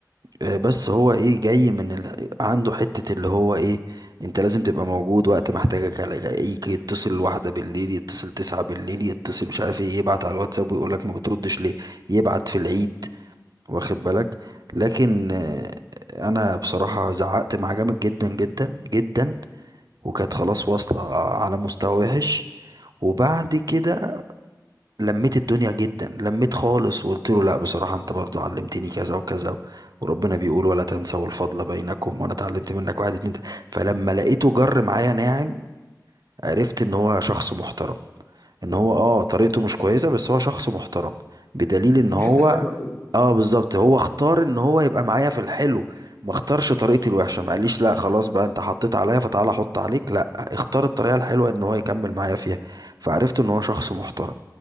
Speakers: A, on the right; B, on the left.
A: آه، بس هو ايه جاي من ال... عنده حتة اللي هو ايه انت لازم تبقى موجود وقت ما احتاجك الاقيك يتصل واحدة بالليل يتصل تسعة بالليل يتصل مش عارف ايه يبعت على الواتساب ويقولك ما بتردش ليه يبعت في العيد واخد بالك لكن آه، انا بصراحة زعقت معاه جامد جدا جدا جدا وكانت خلاص واصلة على مستوى وحش وبعد كده لميت الدنيا جدا لميت خالص وقلت له لا بصراحة انت برضو علمتني كذا وكذا و- وربنا بيقول ولا تنسوا الفضل بينكم وانا اتعلمت منك واحد اتنين تلاتة. فلما لقيته جر معايا ناعم عرفت ان هو شخص محترم ان هو اه طريقته مش كويسة بس هو شخص محترم بدليل ان
B: في
A: هو
B: حته حلوه كده
A: اه بالظبط هو اختار ان هو يبقى معايا في الحلو ما اختارش طريقتي الوحشة ما قاليش لا خلاص بقى انت حطيت عليا فتعالى احط عليك لا اختار الطريقة الحلوة ان هو يكمل معايا فيها فعرفت ان هو شخص محترم